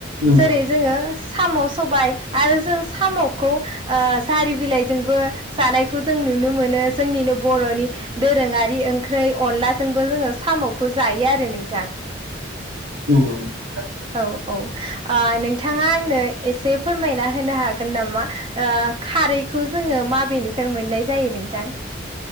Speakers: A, on the right; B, on the right.
A: नंगौ
B: जेरै
A: नंगौ
B: जोङोस साम' सबाय आरो जों साम'खौ ओ जारि बिलाइजोंबो जानायखौ जों नुनो मोनो जोंनिनो बर'नि दोरोङारि ओंख्रै अनलाजोंबो जोङो सा साम'खो जायो आरो नोंथां।
A: नंगौ नंगौ थारैनो।
B: औ औ ओ नोंथाङा आंनो एसे फोरमायना होनो हागोन नामा ओ खारैखौ ज जोङो माबेनिफ्राय मोननाय जायो नोंथां?